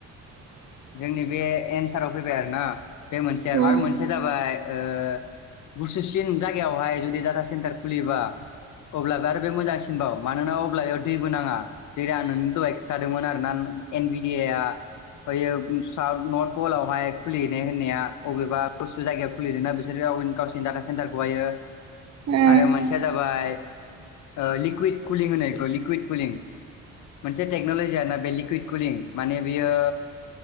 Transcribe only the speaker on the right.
<unintelligible>
उम
उम